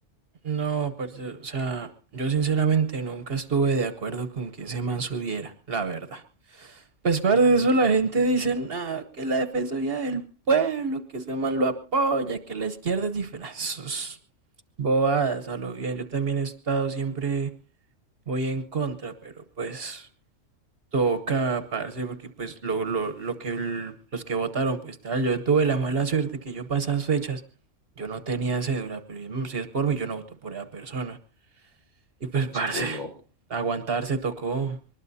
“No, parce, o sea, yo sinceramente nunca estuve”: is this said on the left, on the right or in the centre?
Right